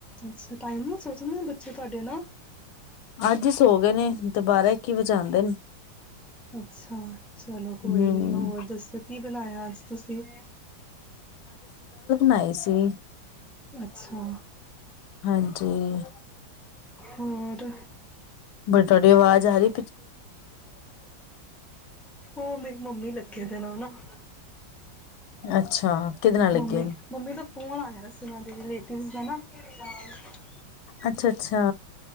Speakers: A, in the centre; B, on the left.
A: ਅਛਾ ਟਾਈਮ ਨਾ ਸੋਚਦੇ ਬੱਚੇ ਤੁਹਾਡੇ ਨਾਲ
B: ਅੱਜ ਹੀ ਸੋ ਗਏ ਨੇ, ਦੁਬਾਰਾ ਕੀ ਵਜਾਦੇ ਨੇ
A: ਅੱਛਾ ਚਲੋ ਕੋਈ
B: ਹੂੰ,
A: ਨੀ ਹੋਰ ਦੱਸੋ ਕੀ ਬਣਾਇਆ ਅੱਜ। ਤੁਸੀਂ।
B: ਨਾਈ ਸੀ।
A: ਅੱਛਾ।
B: ਹਾਂਜੀ,
A: ਹੋਰ।
B: ਬੜੀ ਤੁਹਾਡੀ ਆਵਾਜ਼ ਜਾਰੀ
A: ਉਹ ਮੇਰੀ ਮੰਮੀ ਲੱਗੇ ਦੇ ਨਾ ਹਾਂਜੀਾ।
B: ਅੱਛਾ। ਕਿਹਦੇ ਨਾਲ ਲੱਗੇ
A: ਮੰਮੀ
B: ਨੇ?
A: ਮੰਮੀ ਦਾ ਫੋਨ ਆਯਾ ਸੀ ਉਨਾਂ ਦੇ ਰਿਲੇਟਿਵ ਦਾ ਨਾ। <unintelligible>
B: ਅੱਛਾ ਅੱਛਾ।